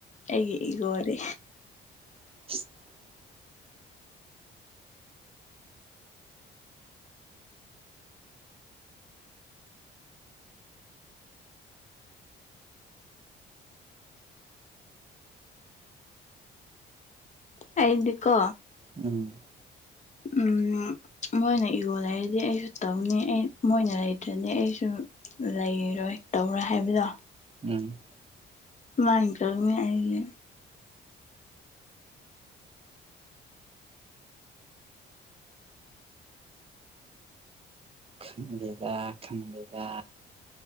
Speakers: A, on the left; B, on the right.
A: ꯑꯩꯒꯤ ꯏꯒꯣꯗꯤ
B: <inaudible>
A: ꯑꯩꯗꯤꯀꯣ
B: ꯎꯝ
A: ꯎꯝ ꯃꯣꯏꯅ ꯏꯒꯣ ꯂꯩꯔꯗꯤ ꯑꯩꯁꯨ ꯇꯧꯅꯤ ꯑꯩ ꯃꯣꯏꯅ ꯂꯩꯇ꯭ꯔꯗꯤ ꯑꯩꯁꯨ ꯂꯩꯔꯣꯏ ꯇꯧꯔꯣꯏ ꯍꯥꯏꯕꯗꯣ
B: ꯎꯝ
A: ꯃꯅꯤ ꯅꯠꯇ꯭ꯔ ꯑꯩꯒꯤ
B: ꯈꯪꯗꯦꯗ ꯈꯪꯗꯦꯗ